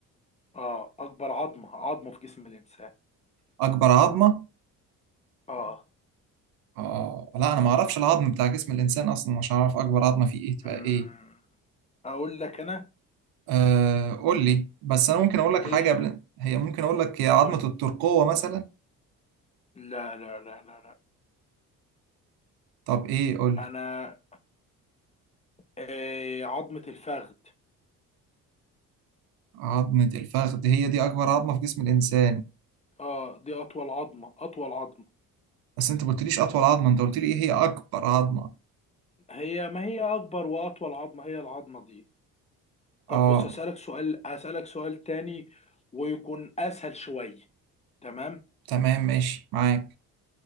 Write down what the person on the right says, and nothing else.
أكبر عظمة
آه لا أنا ما أعرفش العظم بتاع جسم الإنسان أصلا مش هعرف أكبر عظمة فيه إيه تبقى
إيه
آه قول لي بس أنا ممكن أقول لك
حاجة قبل هي ممكن أقول لك هي عظمة
الترقوة مثلا
طب إيه قول
لي
عظمة الفخذ هي دي أكبر عظمة في جسم الإنسان
بس أنت ما قلتليش أطول عظمة أنت قلت لي إيه هي أكبر عظمة
آه
تمام ماشي معاك